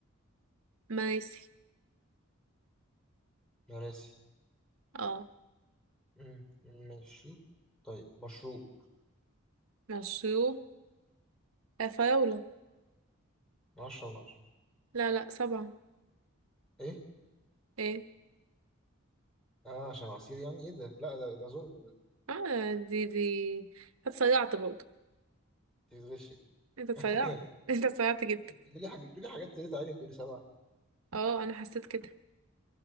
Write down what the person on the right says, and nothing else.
آه، مراسي
اه
مشروب آه، فراولة
لا لا سبعة
ايه
اه دي دي هتسرعت برضه
انت اتسيعت
<laughs> انت اتسيعت جدا
اه انا حسيت كده